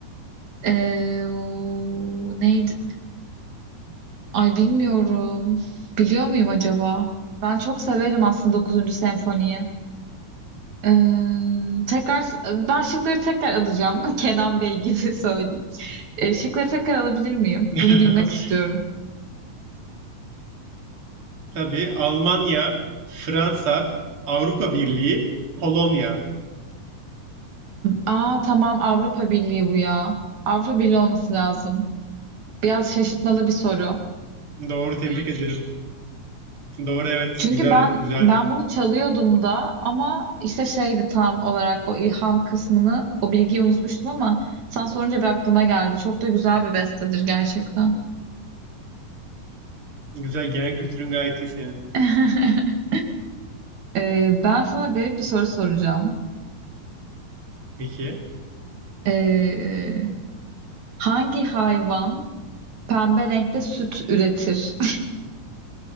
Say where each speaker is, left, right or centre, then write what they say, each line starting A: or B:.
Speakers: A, on the right (about 60°); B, on the right (about 40°).
A: Ee, o- neydi? Ay bilmiyorum. Biliyor muyum acaba? Ben çok severim aslında dokuzuncu senfoniyi. Ee, tekrar ben şıkları tekrar alacağım. <laughs> Kenan Bey gibi <laughs> söyleyeyim. Ee, şıkları tekrar alabilir miyim?
B: <laughs>
A: Bunu bilmek istiyorum.
B: Tabii Almanya, Fransa, Avrupa Birliği, Polonya.
A: Aa tamam Avrupa Birliği bu ya. Avrupa Birliği olması lazım. Biraz şaşırtmalı bir soru.
B: Doğru tebrik ederim. Doğru evet.
A: Çünkü
B: Güzel,
A: ben
B: güzeldi.
A: ben bunu çalıyordum da ama işte şeydi tam olarak o ilham kısmını o bilgiyi unutmuştum ama sen sorunca bir aklıma geldi. Çok da güzel bir bestedir gerçekten.
B: Güzel genel kültürün gayet iyi senin.
A: <laughs> Ee, ben sana garip bir soru soracağım.
B: Peki.
A: Ee, hangi hayvan pembe renkte süt üretir?